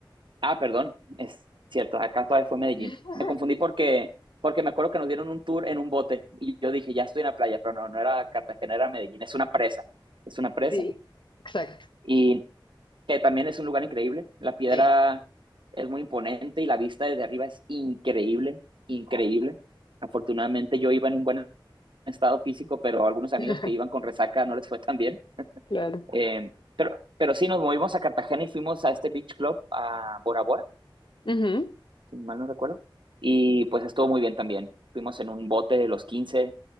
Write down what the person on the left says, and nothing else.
<laughs>
Sí, exacto.
Sí,
<laughs>
claro.
Ujú,